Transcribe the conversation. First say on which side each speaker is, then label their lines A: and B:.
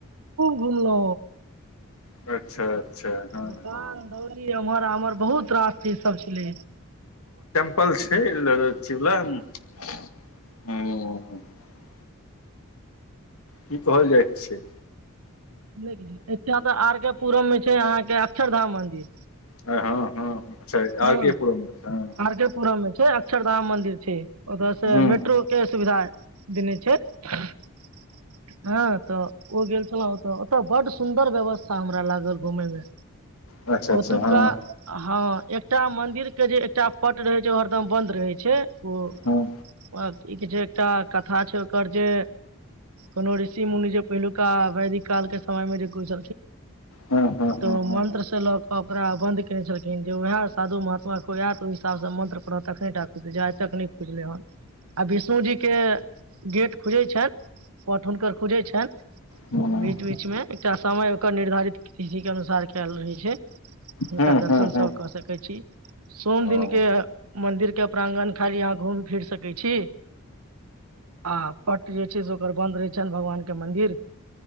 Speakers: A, on the right; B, on the left.
A: सुुल <unintelligible>
B: अच्छा अच्छा हँ
A: दकान
B: हँ
A: दौरी एम्हर आमहर बहुत रास चीज सब छलै
B: ल छै ल ह की कहल जाइ छै
A: नहि कि एकछा तऽ आरके पूरम मे छै अहाँके अक्षर धाम मन्दिर
B: हँ हँ अच्छा
A: ह
B: आर के पुरम मे हँ
A: आरके पुरम मे छै अक्षरधाम मन्दिर छै ओतय से
B: हूँ
A: मेट्रोक के सुविधा देने छै हँ तऽ ओ गेल छलहु ओतऽ त बड सुन्दर व्यवस्था हमरा लागल इर घुमेमे
B: अच्छा अच्छा
A: ओतुका
B: हँ
A: हँ एकटा मंदिर के जे एकटा पट रहे छै ओ हरदम बंद रहे छै ओ
B: हँ
A: प की कहै छै एकटा कथा छै ओकर जे कोनोड़सी मुनजप पहिलुका वैदिक काल के समय में जे कुस
B: हँ हँ
A: तऽ
B: हँ हँ
A: मंत्र स लऽ क ओकरा ब कने छलखिन जे उएह साधु महात्माे आयत ओहि हिसाबसँ मन्त्र परर तखने टा खुज आइ तक नहि खुजलै हन आ विष्णु जीके गेट खुजै छ पट हुनकर खुजैत छनि
B: हँ
A: बीच बीचमे एकटा समय ओकर निर्धारित कधि के अनुसार कयल रहै छै हुनका
B: हँ
A: दर्शन
B: हँ हँ
A: सब क सक सोम
B: ओ
A: दिन के मन्दिर के प्रांगण खाली यहाँ घुम फिर सकै छी आ प जे छै से ओकर बन्द रहै छनि भगवान के मंदिर